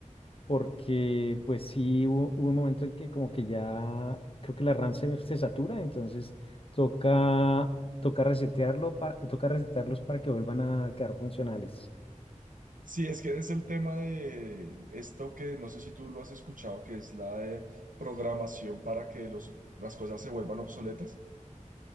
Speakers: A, on the left; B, on the right.
A: porque pues sí hubo, hubo un momento en que como que ya creo que la RAM se, me- se satura, entonces toca, toca resetearlo, pa- toca resetearlos para que vuelvan a quedar funcionales.
B: Sí, es que es el tema de esto que no sé si tú lo has escuchado, que es la de programación para que los, las cosas se vuelvan obsoletas.